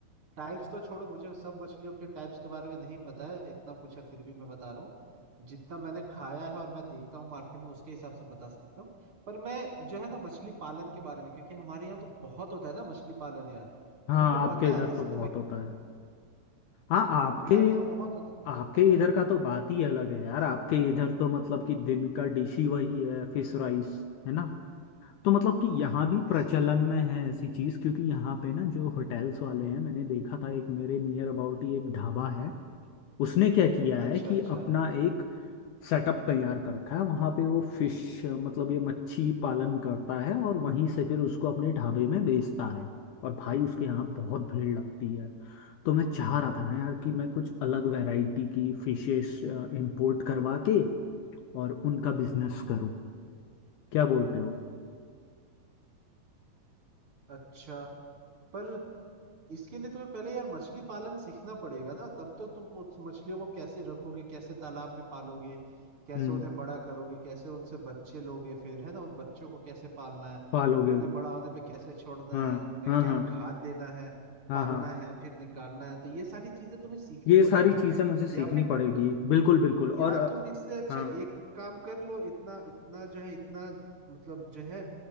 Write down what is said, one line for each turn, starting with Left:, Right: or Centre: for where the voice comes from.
Right: टाइप्स तो छोड़ो मुझे सब मछलियों के टाइप्स के बारे में नहीं पता है इतना कुछ है फिर भी मैं बता रहा हूँ जितना मैंने खाया है और मैं देखता हूँ मार्केट में उसके हिसाब से बता सकता हूँ पर मैं जो है ना मछली पालन के बारे में क्योंकि हमारे यहाँ तो बहुत होता है ना मछली पालन यार
Left: हाँ
Right: तो हमें पता
Left: आपके इधर
Right: है इसलिए
Left: तो बहुत
Right: मैं कह
Left: होता है
Right: रहा हूँ।
Left: हाँ आपके
Right: हमारे यहाँ बहुत होता है
Left: आपके
Right: मुझे पता
Left: इधर
Right: है
Left: का तो बात ही अलग है यार आपके इधर तो मतलब कि दिन का डिश ही वही है फिश राइस है ना तो मतलब कि यहाँ भी प्रचलन
Right: इसीलिए
Left: में है ऐसी चीज़ क्योंकि यहाँ पे ना जो होटल्स वाले हैं मैंने देखा था एक मेरे नियर अबाउट ही एक ढाबा है उसने क्या किया है
Right: अच्छा
Left: कि
Right: अच्छा
Left: अपना एक सेटअप तैयार कर रखा है वहां पे वो फिश मतलब ये मच्छी पालन करता है और वहीं से फिर उसको अपने ढाबे में बेचता है और भाई उसके यहाँ बहुत भीड़ लगती है तो मैं चाह रहा था ना यार कि मैं कुछ अलग वैरायटी की फिशेस इंपोर्ट करवा के और उनका बिजनेस करूं क्या बोलते हो
Right: अच्छा पर इसके लिए तुम्हें पहले यार मछली पालन सीखना पड़ेगा ना तब तो तुम उस मछलियों को कैसे रखोगे कैसे तालाब में पालोगे कैसे
Left: हम्म
Right: उन्हें बड़ा करोगे कैसे उनसे बच्चे लोगे फिर है ना उन बच्चों को कैसे पालना है
Left: पालोगे
Right: फिर उन्हें बड़ा होने पे कैसे छोड़ना
Left: हाँ
Right: है उन्हें
Left: हाँ
Right: क्या
Left: हाँ
Right: खाद देना है
Left: हाँ
Right: पालना
Left: हाँ
Right: है फिर निकालना है तो ये सारी चीजें तुम्हें सीखनी
Left: ये
Right: पड़ेंगी
Left: सारी चीजें मुझे सीखनी
Right: या फिर
Left: पड़ेगी बिल्कुल बिल्कुल और
Right: या
Left: अ,
Right: तुम इससे अच्छा
Left: हाँ
Right: एक काम कर लो इतना इतना जो है इतना मतलब जो है